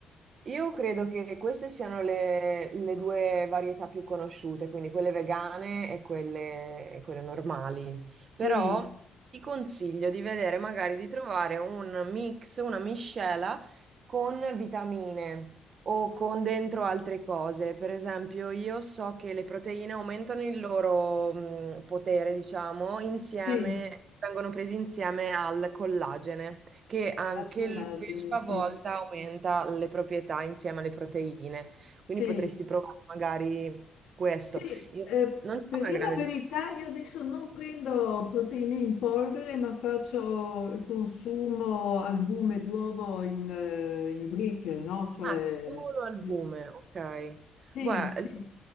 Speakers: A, on the right; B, on the left.
A: Io credo che queste siano le, le due varietà più conosciute, quindi quelle vegane e quelle, e quelle normali. Però
B: Sì,
A: ti consiglio di vedere, magari di trovare un mix, una miscela con vitamine o con
B: sì,
A: dentro altre cose. Per esempio, io so che le proteine aumentano il loro, mh, potere, diciamo, insieme,
B: sì,
A: vengono presi insieme al collagene che anche
B: al collagene,
A: lui a sua
B: sì,
A: volta aumenta le proprietà insieme alle proteine.
B: sì,
A: Quindi potresti provare magari questo.
B: sì.
A: Io-
B: eh,
A: Non
B: per
A: c'è una
B: dire
A: grande
B: la verità,
A: differenza.
B: io adesso non prendo proteine in polvere, ma faccio eh, consumo albume d'uovo in, eh, in brick, no? Cioè,
A: Ah, solo al
B: eh,
A: bume, ok.
B: sì,
A: Beh,
B: sì,